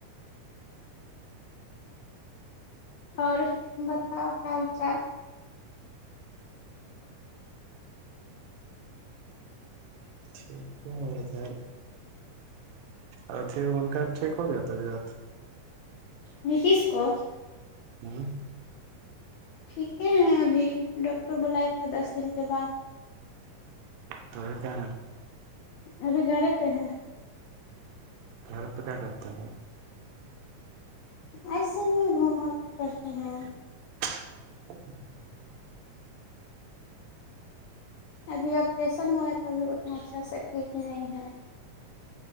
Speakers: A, on the left; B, on the right.
A: اور بتاؤ حال چال
B: ٹھیک ہے ہےدھر اور پھر ان کا ٹھیک ہو گیا تھاات
A: نیتیش کو
B: ہوں
A: ٹھیکے ہیں ابھی ڈاکٹر بلایا تھا دس دن کے بعد
B: توب کیا
A: ابھی گھرے پہ ہے
B: گھر پ کیا کرتا ہے
A: ایسے بھی گھومو پتے ہیں
B: <inaudible>
A: ابھی آپریشن ہوا ہے تو ابھی اتنا اچھا سے ٹھیک نہیں ہے